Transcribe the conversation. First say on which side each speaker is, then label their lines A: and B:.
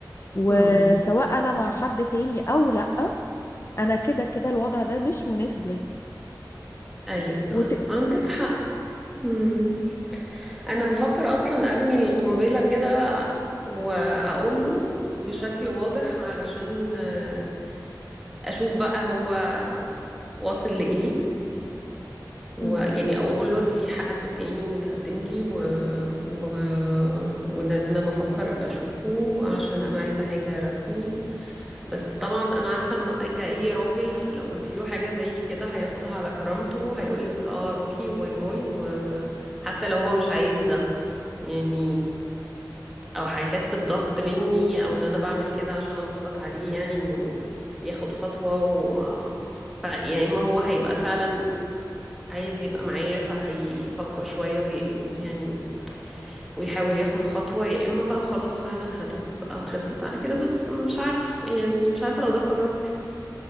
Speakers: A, on the left; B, in the centre.
A: وسواء
B: امم
A: انا مع حد تاني او لا انا كده كده الوضع ده مش مناسب ليا
B: ايوه
A: وت...
B: عندك حق مم. انا بفكر اصلا ارمي القنبله كده واقول له بشكل واضح علشان آه، اشوف بقى هو واصل لايه ويعني
A: مم.
B: اقول له ان في حد تاني متقدم لي و... و... وده انا بفكر اشوفه عشان انا عايزه حاجه رسمي بس طبعا انا عارفه انه كأي راجل لو قلتي له حاجه زي كده هياخدها على كرامته هيقول لك اه روحي وباي باي وحتى لو هو مش عايز ده يعني او هيحس بضغط مني او ان انا بعمل كده عشان اضغط عليه يعني انه ياخد خطوة و ف- يا اما هو هيبقى فعلا عايز يبقى معايا فهيفكر شوية وي... يعني ويحاول ياخد خطوة يا اما بقى خلاص فعلا هتبقى خلصت على كده بس مش عارف يعني مش عارفة لو ده قرار